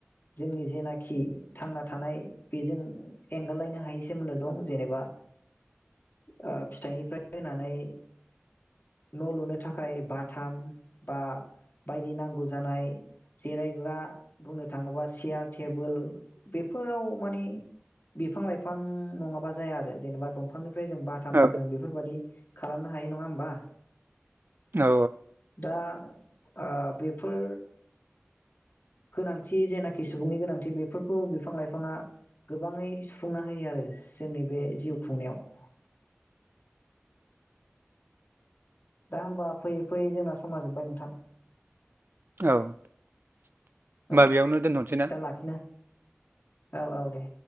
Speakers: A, on the left; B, on the right.
A: जोंनि जेनाखि थांना थानाय बेजों एंगारलायनो हायै सोमोन्दो दं जेनेबा ओ फिथाइनिफ्राय होनानै न' लुनो थाखाय बाथाम बा बायदि नांगौ जानाय जिरायग्रा बुंनो थाङोबा सियार टेबोल बेफोराव माने बिफां लाइफां नङाबा जाया आरो जेनेबा दं फ्राय जों बाथाम
B: औ
A: जों बेफोरबादि खालामना हायो नङा होमबा
B: औ
A: दा ओ बेफोर गोनांथि जेनाखि सुबुंनि गोनांथि बेफोरखौ बिफां लाइफाङा गोबाङै सुफुंना होयो आरो जोंनि बे जिउ खुंनायाव दा होमबा फैयै फैयै जोंना समा जोबबाय नोंथां।
B: औ होमबा
A: औ
B: बेयावनो दोनथ'नोसै ना?
A: दा लाखिना औ औ दे।